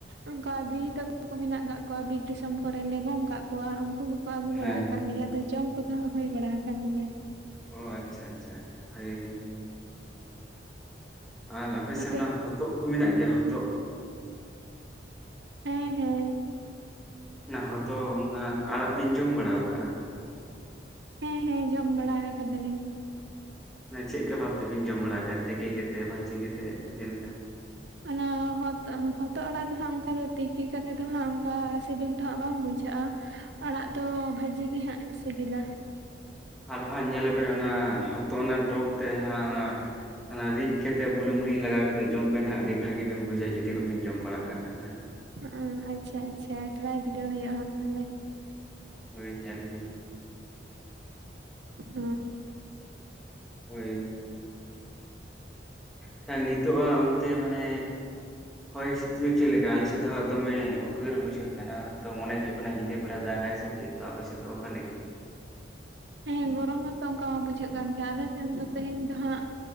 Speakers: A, on the right; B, in the centre.
A: ᱚᱱᱠᱟ ᱫᱤᱫᱤ ᱛᱟᱠᱚ ᱠᱚ ᱢᱮᱱᱟᱜ ᱟᱠᱟᱫ ᱠᱚᱣᱟ ᱵᱤᱨ ᱫᱤᱥᱚᱢ ᱠᱚᱨᱮ ᱞᱮ ᱜᱚᱝ ᱠᱟᱜ ᱠᱚᱣᱟ ᱩᱱᱠᱩ ᱠᱚ ᱟᱹᱜᱩ
B: ᱦᱮᱸ
A: ᱵᱟᱲᱟ ᱟᱠᱟᱫ
B: ᱦᱮᱸ
A: ᱞᱮᱭᱟ ᱟᱫᱚ ᱡᱚᱢ ᱠᱚᱫᱚ ᱦᱟᱸᱜ ᱦᱩᱹᱭ ᱵᱟᱲᱟ ᱟᱠᱟᱱ ᱜᱮᱭᱟ᱾
B: ᱚ ᱟᱪᱪᱷᱟ ᱟᱪᱪᱷᱟ ᱟᱪᱪᱷᱟ ᱵᱷᱟᱜᱮ ᱜᱮ ᱟᱨ ᱟᱯᱮᱥᱮᱫ
A: ᱟᱯᱮ
B: ᱚᱱᱟ ᱦᱚᱛᱚᱫ ᱠᱚ ᱢᱮᱱᱟᱜ ᱜᱮᱭᱟ ᱦᱚᱛᱚᱫ
A: ᱦᱮᱸᱻ ᱦᱮᱸᱻ
B: ᱚᱱᱟ ᱦᱚᱛᱚ ᱚᱱᱟ ᱟᱲᱟᱜ ᱵᱤᱱ ᱡᱚᱢ ᱵᱟᱲᱟ ᱟᱠᱟᱫᱼᱟ
A: ᱦᱮᱸᱻ ᱦᱮᱸᱻ ᱡᱚᱢ ᱵᱟᱲᱟ ᱟᱠᱟᱫᱟᱞᱤᱧ
B: ᱚᱱᱟ ᱪᱮᱫᱮ ᱵᱷᱟᱵᱽ ᱛᱮᱵᱮᱱ ᱡᱚᱢ ᱵᱟᱲᱟ ᱟᱠᱟᱫ ᱛᱤᱠᱤ ᱠᱟᱛᱮᱫ ᱵᱷᱟᱹᱡᱤ ᱠᱟᱛᱮᱫ ᱪᱮᱫ ᱞᱮᱠᱟ᱾
A: ᱚᱱᱟ ᱦᱚᱛᱚᱫ ᱟᱲᱟᱜ ᱫᱚᱦᱟᱸᱜ ᱚᱱᱠᱟ ᱫᱚ ᱛᱤᱠᱤ ᱠᱟᱛᱮᱫ ᱫᱚᱦᱟᱸᱜ ᱚᱱᱠᱟ ᱥᱤᱵᱤᱞ ᱫᱚᱦᱟᱸᱜ ᱵᱟᱝ ᱵᱩᱡᱷᱟᱹᱜᱼᱟ ᱟᱲᱟᱜ ᱫᱚ ᱵᱷᱟᱹᱡᱤ ᱜᱮᱦᱟᱸᱜ ᱥᱤᱵᱤᱞᱟ᱾
B: ᱟᱨ ᱦᱟᱸᱜ ᱧᱮᱞᱮᱯᱮ ᱚᱱᱟ ᱦᱚᱛᱚᱜ ᱚᱱᱟ ᱴᱚᱜᱽ ᱛᱮ ᱡᱟᱦᱟᱸᱻ ᱚᱱᱟ ᱨᱤᱫ ᱠᱟᱛᱮ ᱵᱩᱞᱩᱝ ᱨᱤ ᱞᱟᱜᱟᱣ ᱚᱱᱟ ᱛᱤᱥ ᱠᱟᱛᱮᱫ ᱡᱚᱢ ᱵᱮᱱ ᱦᱟᱸᱜ ᱟᱹᱰᱤ ᱵᱷᱟᱹᱜᱤ ᱵᱤᱱ ᱵᱩᱡᱟ ᱡᱩᱫᱤ ᱵᱟᱹᱵᱤᱱ ᱡᱚᱢ ᱵᱟᱲᱟᱜ ᱠᱟᱜ ᱠᱷᱟᱱ ᱫᱚ ᱦᱟᱜ
A: ᱚ ᱟᱪᱪᱷᱟ ᱟᱪᱪᱷᱟ ᱴᱨᱟᱭ ᱵᱤᱰᱟᱹᱣ ᱦᱩᱭᱩᱜᱼᱟ ᱦᱟᱜ ᱛᱟᱦᱚᱞᱮ
B: ᱦᱳᱭ ᱧᱮᱞ ᱵᱤᱱ
A: ᱦᱚᱸᱻ
B: ᱦᱳᱭ ᱠᱷᱟᱱ ᱱᱤᱛᱳᱜ ᱟ ᱚᱱᱛᱮ ᱢᱟᱱᱮᱻ
A: <inaudible>
B: ᱦᱚᱭ ᱦᱤᱥᱤᱫ ᱪᱮᱫ ᱞᱮᱠᱟ ᱟᱞᱮᱥᱮᱫ ᱫᱚᱠ ᱫᱚᱢᱮ ᱩᱫᱽᱜᱟᱹᱨ ᱵᱩᱡᱷᱟᱹᱜ ᱠᱟᱱᱟ ᱛᱚ ᱢᱚᱱᱮ ᱦᱩᱭᱩᱜ ᱠᱟᱱᱟ ᱧᱤᱫᱟᱹ ᱵᱮᱲᱟ ᱫᱟᱜᱟᱭ ᱥᱮ ᱪᱮᱫ ᱛᱮ ᱟᱯᱮ ᱥᱮᱫ ᱫᱚ ᱚᱠᱟᱞᱮᱠᱟ᱾
A: ᱦᱮᱸᱻ ᱜᱚᱨᱚᱢ ᱢᱟᱛᱚ ᱚᱱᱠᱟ ᱢᱟ ᱵᱩᱡᱷᱟᱹᱜ ᱠᱟᱱ ᱜᱮᱭᱟ ᱟᱞᱮ ᱥᱮᱱ ᱫᱚ ᱛᱮᱦᱮᱧ ᱫᱚ ᱦᱟᱸᱜ